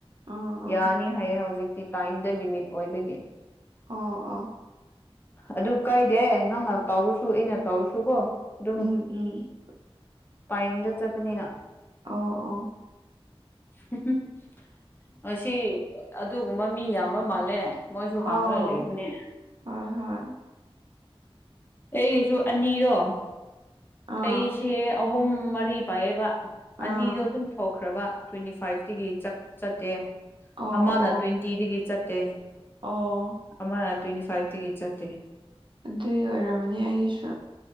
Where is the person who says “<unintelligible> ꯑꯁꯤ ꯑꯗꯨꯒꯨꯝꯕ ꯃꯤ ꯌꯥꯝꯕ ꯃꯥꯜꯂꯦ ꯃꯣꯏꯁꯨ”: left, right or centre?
Left